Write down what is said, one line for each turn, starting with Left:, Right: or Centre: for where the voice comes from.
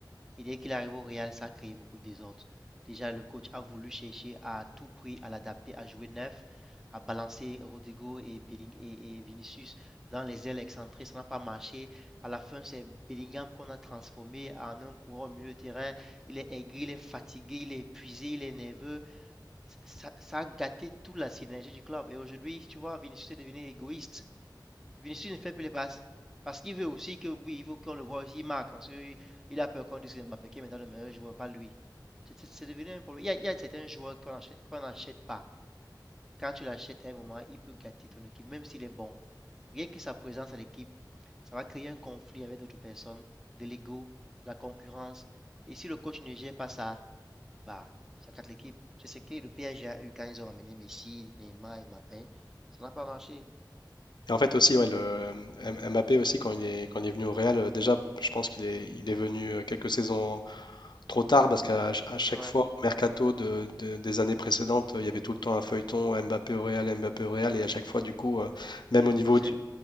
Centre: Et dès qu'il arrive au Real, ça a créé beaucoup de désordre. Déjà, le coach a voulu chercher à tout prix à l'adapter, à jouer neuf, à balancer Rodrigo et, Belling et, et Vinicius dans les ailes excentrées. Ça n'a pas marché. À la fin, c'est Bellingham qu'on a transformé en un coureur au milieu de terrain. Il est aigri, il est fatigué, il est épuisé, il est nerveux ça, ça a gâté toute la synergie du club. Et aujourd'hui, tu vois, Vinicius est devenu égoïste. Vinicius ne fait plus les passes. Parce qu'il veut aussi que, oui, il faut qu'on le voit aussi, il marque. Parce qu'il a peur qu'on dise que Mbappé qui est maintenant le meilleur joueur, pas lui. C'est- c'est devenu un problème. Il y a, il y a certains joueurs qu'on achète- qu'on n'achète pas. Quand tu l'achètes à un moment, il peut gâter ton équipe, même s'il est bon. Rien que sa présence à l'équipe, ça va créer un conflit avec d'autres personnes, de l'ego, de la concurrence. Et si le coach ne gère pas ça, bah, ça gâte l'équipe. C'est ce que le PSG a eu quand ils ont ramené Messi, Neymar et Mbappé. Ça n'a pas marché.
Left: Et en fait aussi, ouais, le euh, M- Mbappé aussi, quand il est, quand il est venu au Real, euh, déjà, je pense qu'il est, il est venu euh, quelques saisons trop tard parce qu'à ch- à chaque
Centre: Ouais,
Left: fois, au mercato de- de- des années précédentes, euh, il y avait tout le temps un feuilleton Mbappé au Real, Mbappé au Real, et à chaque fois, du coup, euh, même
Centre: ils
Left: au
Centre: refusaient.
Left: niveau du...